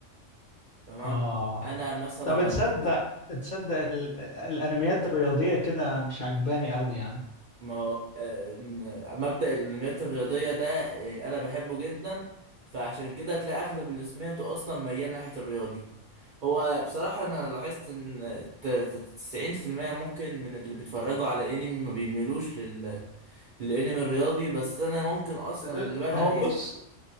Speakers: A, on the right (about 65°); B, on the left (about 60°).
A: تمام
B: آه
A: انا مثلا
B: طب تصدق تصدق ال- الأنميات الرياضية كده مش عجباني أوي يعني
A: ما هو آه، إن- مبدأ الانميات الرياضية ده آه، أنا بحبه جدا فعشان كده هتلاقي أغلب اللي سمعته أصلا ميال ناحية الرياضي هو بصراحة أنا لاحظت إن ت- ت- تسعين في المية ممكن من اللي بيتفرجوا على أنمي ما بيميلوش لل... للأنمي الرياضي بس أنا ممكن أصلا
B: أه،
A: اللي بدأ
B: هو
A: يخ
B: بص